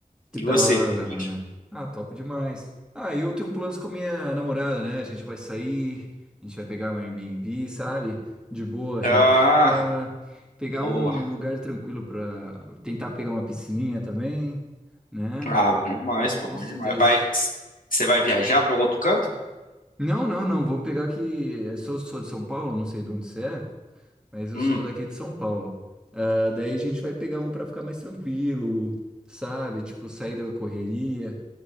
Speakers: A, in the centre; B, on the left.
A: que
B: E
A: da
B: você?
A: hora,
B: Tem plano?
A: mano. Ah, top demais. Ah, eu tenho planos com a minha namorada, né? A gente vai sair, a gente vai pegar um Airbnb, sabe? De boa, relaxar,
B: Ah,
A: pegar
B: pô.
A: um lugar tranquilo pra tentar pegar uma piscininha também, né?
B: Ah, bom demais,
A: É,
B: pô,
A: Com
B: bom
A: certeza.
B: demais. Vai, você vai viajar para outro canto?
A: Não, não, não. Vamos pegar que eu sou, sou de São Paulo, não sei de onde você é, mas eu
B: Hum.
A: sou daqui de São Paulo. Ah, daí a gente vai pegar um pra ficar mais tranquilo, sabe? Tipo, sair da correria,